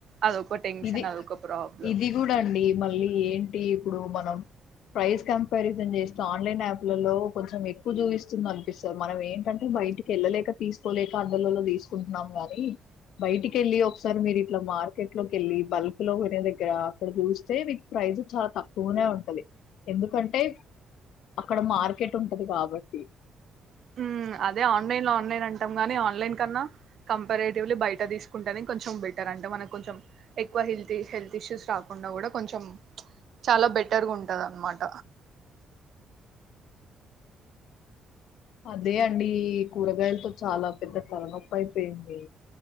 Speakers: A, on the right (about 60°); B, on the left (about 80°).
A: అదొక టెన్షన్
B: ఇది
A: అదొక ప్రాబ్లం
B: ఇది గుడా అండి మళ్ళీ ఏంటి ఇప్పుడు మనం ప్రైస్ కంపారిజన్ చేస్తే ఆన్లైన్ యాప్లలో కొంచెం ఎక్కువ చూపిస్తుంది అనిపిస్తది మనం ఏంటంటే బయటికి ఎళ్ళలేక తీసుకోలేక అందుళ్లలో తీసుకుంటున్నాం గాని బయటికి ఎళ్ళి ఒకసారి మీరు ఇట్లా మార్కెట్ లోకి వెళ్ళి బల్క్ లో కొనే దగ్గర అక్కడ చూస్తే మీకు ప్రైజ్ చాలా తక్కువనే ఉంటది ఎందుకంటే అక్కడ మార్కెట్ ఉంటది కాబట్టి
A: హుమ్ అదే ఆన్లైన్ లో ఆన్లైన్ అంటాం గాని ఆన్లైన్ కన్నా కంపారేటివ్లీ బయట తీసుకుంటేనే కొంచెం బెటర్ అంటే మనకు కొంచెం ఎక్కువ హెల్త్ హెల్త్ ఇష్యూస్ రాకుండా కూడా కొంచెం ప్చ్ చాలా బెటర్ గా ఉంటది అనమాట
B: అదే అండి కూరగాయలతో చాలా పెద్ద తలనొప్పి అయిపోయింది